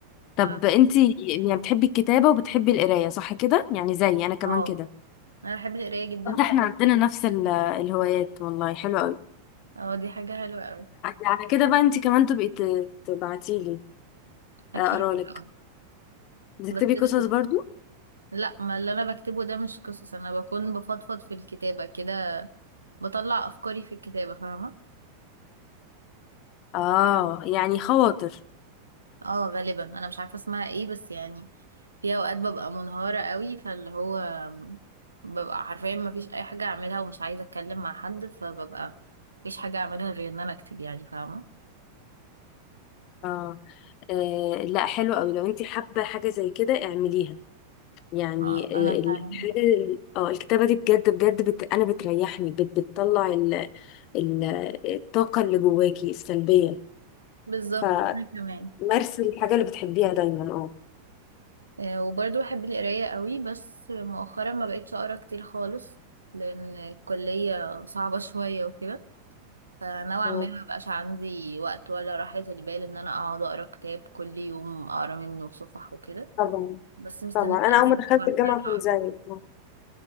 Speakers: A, on the left; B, on the right.
A: طب
B: ف...
A: انتي يعني بتحبي الكتابة وبتحبي القراية صح كده يعني زي انا كمان
B: اه
A: كده
B: انا بحب القراية جدا
A: طب ده احنا عندنا نفس ال- آه، الهوايات والله حلو قوي
B: اه دي حاجة حلوة قوي
A: على كده بقى انتي كمان تبقي ت- تبعتيلي
B: اكيد
A: اقرالك
B: طبعاً.
A: بتكتبي
B: بس
A: قصص
B: ال...
A: برضو
B: لا ما اللي انا بكتبه ده مش قصص انا بكون بفضفض في الكتابة كده بطلع افكاري في الكتابة فاهمة
A: اه يعني خواطر
B: اه غالبا انا مش عارفة اسمها ايه بس يعني في اوقات ببقى منهارة قوي فاللي هو ببقى حرفيا ما فيش اي حاجة اعملها ومش عايزة اتكلم مع حد فببقى مفيش حاجة اعملها غير ان انا اكتب يعني فاهمة
A: اه آه، لا حلو قوي لو انتي حابة حاجة زي كده اعمليها يعني
B: اه انا
A: آه، الحاجة
B: فعلا
A: اه الكتابة دي بجد بجد بت... انا بتريحني بت... بتطلع ال... ال... الطاقة اللي جواكي السلبية
B: بالظبط
A: فمارسي
B: انا كمان
A: الحاجة اللي بتحبيها دايما اه
B: آه، وبرضه بحب القراية قوي بس مؤخرا ما بقيتش اقرا كتير خالص لان الكلية صعبة شوية وكده فنوعا
A: مم.
B: ما ما بقاش عندي وقت ولا راحة البال ان انا اقعد اقرا كتاب كل يوم اقرا منه صفح وكده
A: طبعا
B: بس مستنية
A: طبعا انا
B: اجيب
A: اول ما دخلت
B: طبعا إن
A: الجامعه
B: أنا
A: كنت
B: ارجع
A: زيك أه